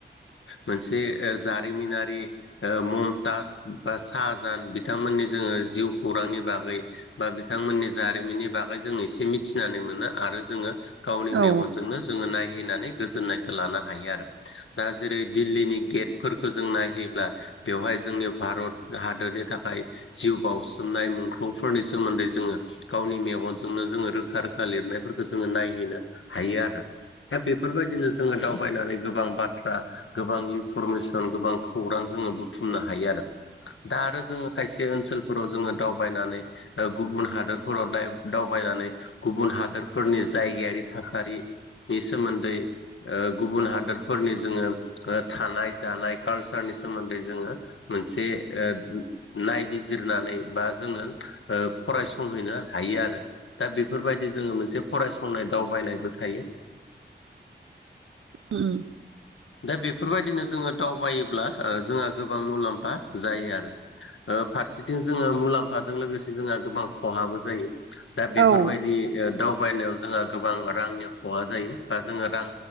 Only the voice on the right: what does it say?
औ
उम
औ